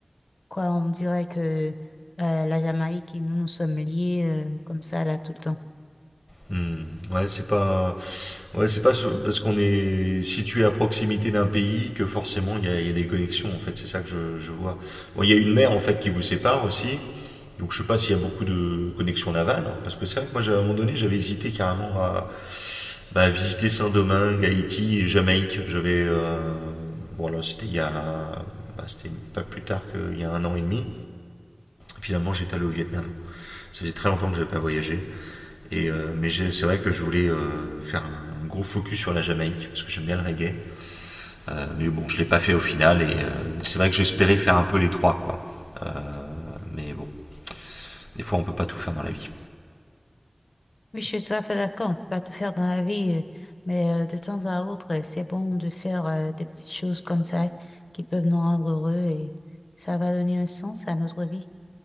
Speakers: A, on the left; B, on the left.
A: quoi on dirait que euh, la Jamaïque et nous, nous sommes liés euh, comme ça là tout le temps.
B: Hmm, Ouais, c'est pas, ouais, c'est pas ce- parce qu'on est situé à proximité d'un pays que forcément il y a, il y a des connexions, en fait, c'est ça que je, je vois. Bon, il y a une mer en fait qui vous sépare aussi, Donc je sais pas s'il y a beaucoup de connexions navales, hein, parce que c'est vrai que moi à un moment donné j'avais hésité carrément à bah, visiter Saint-Domingue, Haïti et Jamaïque. J'avais euh, voilà c'était il y a bah, c'était pas plus tard qu'il y a un an et demi. Finalement j'étais allé au Vietnam. Ça faisait très longtemps que j'avais pas voyagé et euh, mais c'est vrai que je voulais euh, faire un gros focus sur la Jamaïque parce que j'aime bien le reggae. Euh, mais bon je l'ai pas fait au final et euh, c'est vrai que j'espérais faire un peu les trois quoi. Euh, mais bon des fois on peut pas tout faire dans la vie.
A: Oui, je suis tout à fait d'accord, on peut pas tout faire dans la vie, euh, mais euh, de temps à autre, euh, c'est bon de faire euh, des petites choses comme ça qui peuvent nous rendre heureux et ça va donner un sens à notre vie.